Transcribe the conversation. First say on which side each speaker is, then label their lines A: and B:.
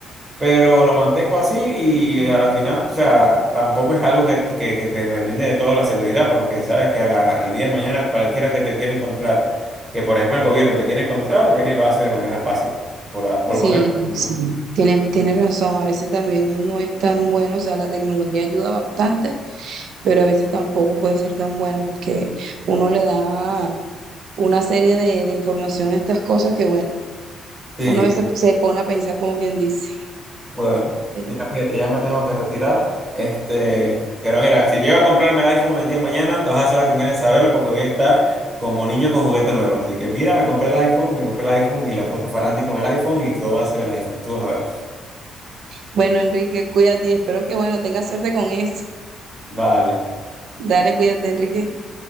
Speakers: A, on the right (about 30°); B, on the right (about 70°).
A: Pero lo mantengo así y eh, a la final, o sea, tampoco es algo que, que- que te, me brinde de toda la seguridad, porque sabes que a la- al día de mañana cualquiera que te quiera encontrar, que por ejemplo el gobierno te quiere encontrar, viene y lo hace de manera fácil, pues, por, por
B: Sí,
A: poner un ejemplo.
B: sí, tiene tiene razón. A veces también no es tan bueno, o sea, la tecnología ayuda bastante, pero a veces tampoco puede ser tan buena porque uno le da una serie de, de información a estas cosas que, bueno,
A: Sí,
B: uno a veces se pone a pensar como quien dice.
A: bueno,
B: Pero
A: mira, fíjate, ya me tengo que retirar. Este, pero mira, si llego a comprarme el iPhone el día de mañana, vas a ser la primera en saberlo porque voy a estar como niño con juguete nuevo. Así que mira, me compré el iPhone, me compré el iPhone y la foto farandi con el iPhone y todo va a ser el iPhone. Tú vas a ver.
B: bueno, Enrique, cuídate y espero que, bueno, tengas suerte con eso.
A: Vale.
B: Dale, cuídate, Enrique.